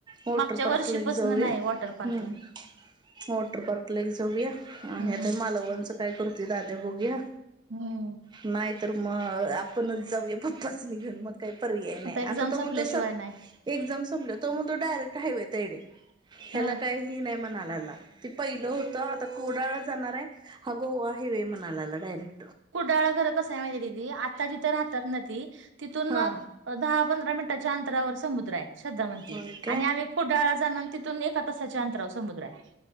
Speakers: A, on the right (about 25°); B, on the right (about 70°).
A: वॉटर
B: मागच्या
A: पार्क
B: वर्षीपासन
A: ला एक जाऊया,,
B: नाही वॉटर पार्कला
A: हम्म वॉटर पार्कला एक जाऊया,, आणि
B: हम्म
A: आता हे मालवणचं ते दाद्या बघूया,,,
B: हम्म
A: नायतर मग आपणच जाऊया पप्पास्नी घेऊन,, मग काय पर्याय नाय्य,,
B: एक्झाम
A: आता तो म्हणतो
B: संपल्याशिवाय
A: स
B: नाही
A: एक्झाम संपल्याव, तो म्हणतो डायरेक्ट हायवे हाय तायडे, ह्याला
B: हा
A: काय हे नाही म्हणालाला, ते पहिलं होतं आता कोडाळलाहजाणार आय,, हा गोवा हायवे मणालाला डायरेक्ट.
B: कुडाळा घरं कसं आहे माहितीे दिदी, आता तिथं राहतात ना ती, तिथून-
A: हा
B: अ दहा पंधरा मिनिटाच्या अंतरावर समुद्र आहे, श्रद्धा म्हणती,
A: होय काय
B: आणि आम्ही कूडाळला जाणं तिथून एका तासाच्या अंतराव समुद्र हाय.